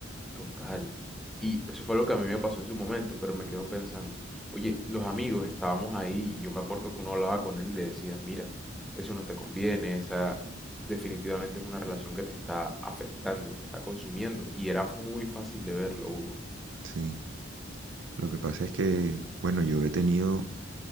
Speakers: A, in the centre; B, on the right.
A: Total. Y eso fue lo que a mí me pasó en su momento, pero me quedo pensando, oye, los amigos estábamos ahí y yo me acuerdo que uno hablaba con él y le decía, mira, eso no te conviene, esa definitivamente es una relación que te está afectando, te está consumiendo. Y era muy fácil de verlo, Hugo.
B: Sí. Lo que pasa es que, bueno, yo he tenido